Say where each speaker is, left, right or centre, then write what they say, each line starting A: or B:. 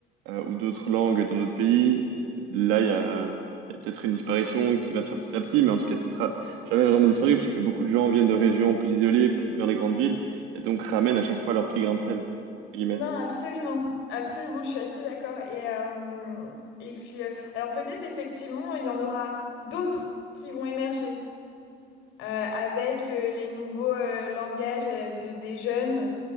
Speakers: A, on the right (about 85°); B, on the left (about 75°).
A: euh, ou d'autres langues dans d'autres pays, là, il y a, il y a peut-être une disparition qui va se faire petit à petit, mais en tout cas, ce sera jamais vraiment disparu, puisque beaucoup de gens viennent de régions plus isolées p- vers les grandes villes, et donc ramènent à chaque fois leur petit grain de sel, entre guillemets.
B: Non, absolument. Absolument, je suis assez d'accord. Et, euh, et puis, euh, alors peut-être effectivement, il y en aura d'autres qui vont émerger. Euh, avec euh, les nouveaux euh, langages euh, de- des jeunes,